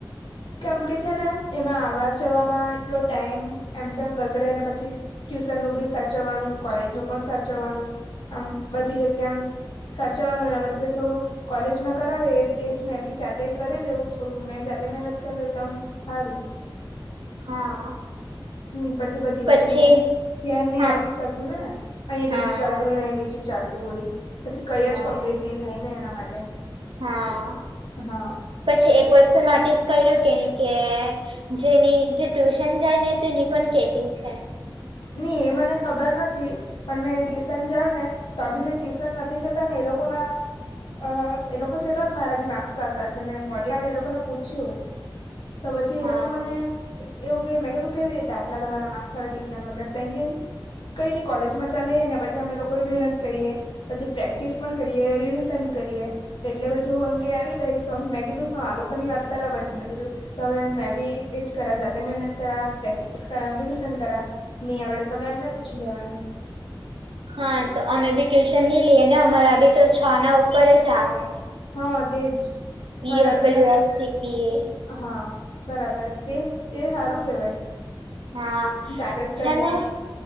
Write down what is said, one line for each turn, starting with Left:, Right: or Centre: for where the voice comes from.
Left: કેમ કે છે, ને એમાં આવા જવામાં એટલો ટાઈમ એમ તેમ બગડેને પછી ટ્યુશનનું બી સાચવવાનું કોલેજનું પણ સાચવવાનું આમ બધી જગ્યા એમ સાચવાના બદલે થોડું કોલેજમાં કરાવે તે જ મેં બી જાતે કરી લઉ થોડું મેં જાતે મેનત કર લો તમ હારું.
Right: હા.
Left: હમ્મ. પછી બધી
Right: પછી
Left: બાજુ મે, ધ્યાન નહીં
Right: હા
Left: આપી શકું ને, અહી
Right: હા
Left: બીજું ચાલતું હોય ને અહિં બીજું ચાલતું હોય, પછી કઈ
Right: હા
Left: જ કમ્પ્લીટ નહીં થાય ને એના માટે.
Right: હા
Left: હ.
Right: પછી એક વસ્તુ નોટિસ કર્યું કેની કે જેની જે ટ્યુશન જાય ને તેની પણ કેતી છે.
Left: ની એ મને ખબર નથી પણ મેં ટ્યુશન જાવને તો બી જે ટ્યુશન નથી જતા ને એ લોકો ના અ એ લોકો જેટલા મારા બી માર્ક્સ આવતા છે, મેં મલયાને એ લોકોને પૂછ્યું તો પછી એ
Right: હા
Left: લોકો મને, એવું કેય મે કીધું કેવી રીતે આટલા તમારા માર્કસ આવે, ટયુશ ટન વગર <unintelligible> કંઈ નઈ કોલેજમાં ચાલે એ ને, પછી અમે લોકો મહેનત કરીએ. પછી પ્રેક્ટિસ પણ કરીએ, રિવિઝન કરીએ, એટલે બધું એમ કે આવી જાય. તો મેં કીધું હા આ લોકોની વાત બરાબર છે, મેં કીધું તો હવે મેં ભી એજ કરા, જાતે મહેનત કરા, પ્રેક્ટિસ કરા, રિવીઝન કરા. નઈ આવડે તો મેમને પૂછી લેવાનું.
Right: હા, તો અમે બી ટ્યુશન ની લઈએ ને, અમારા બી તો છ ના ઉપર જ આવે.
Left: હા તેજ.
Right: <unintelligible>
Left: મારા બદલે હા, બરાબર. તે-તે સારું કેવાય.
Right: હા.
Left: જાતે જ કર
Right: છે
Left: લેવાનું,
Right: ને